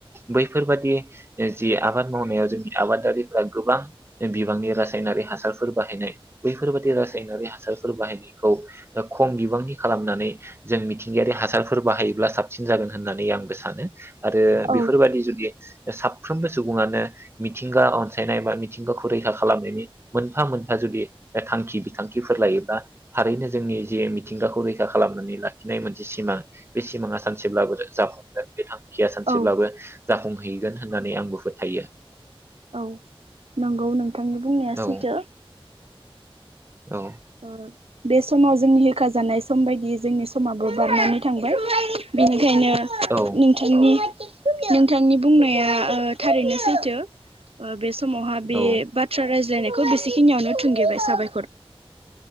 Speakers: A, on the right; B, on the right.
A: बैफोरबादि जि आबाद मावनायाव जोंनि आबादारिफोरा गोबां बिबांनि रासायनारि हासारफोर बाहायनाय बैफोरबादि रासायनारि हासारफोर बाहायनायखौ खम बिबांनि खालामनानै जों मिथि मिथिंगायारि हासारफोर बाहायोब्ला साबसिन जागोन होननानै आंबो सानो आरो
B: औ
A: बेफोरबायदि जुदि साफ्रोमबो सुबुङानो मिथिंगा अनसायनाय बा मिथिंगाखौ रैखा खालामनायनि मोनफा मोनफा जुदि थांखि बिथांखिफोर लायोब्ला थारैनो जोंनि जे मिथिंगाखौ रैखा दा खालामनानै लाखि नाय मोनसे सिमां बे सिमाङा सानसेब्ला जाफुंगोन बे थां खिया सानसेब्लाबो
B: औ
A: जाफुं सहैगोन होननानै आंबो फोथायो।
B: औ नंगौ नोंथांनि बुंनाया
A: औ
B: सैथो।
A: औ।
B: ओ बे समाव जोंनि होेखाजानाय सम बायदियै जोंनि समाबो बारनानै थांबाय बेनिखायनो
A: औ
B: नोंथांनि नोंथांनि बुंनाया ओ थारैनो सैथो ओ बेस समावहा बे
A: औ
B: बाथ्रा राय बुजायनायखौ बेसेखिनियावनो थुंगेबाय साबायखर।